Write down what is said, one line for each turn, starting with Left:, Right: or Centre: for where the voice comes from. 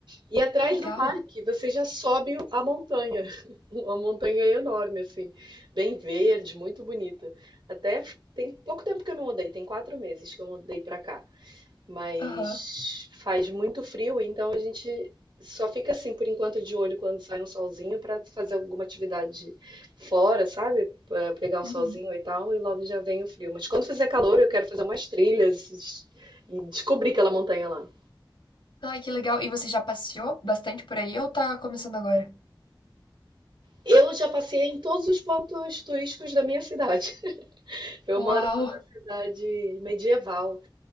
Right: E atrás
Left: que legal.
Right: do parque você já sobe a montanha, <laughs> uma montanha enorme assim, bem verde, muito bonita. Até f- tem pouco tempo que eu me mudei, tem quatro meses que eu mudei para cá. Mas
Left: Aham.
Right: faz muito frio, então a gente só fica assim por enquanto de olho quando sai um solzinho para fazer alguma atividade fora, sabe? Pra pegar um
Left: uhum.
Right: solzinho e tal, e logo já vem o frio. Mas quando fizer calor, eu quero fazer umas trilhas e descobrir aquela montanha lá.
Left: Ai, que legal. E você já passeou bastante por aí ou tá começando agora?
Right: Eu já passei em todos os pontos turísticos da minha cidade. <laughs> Eu
Left: Uau!
Right: moro numa cidade medieval.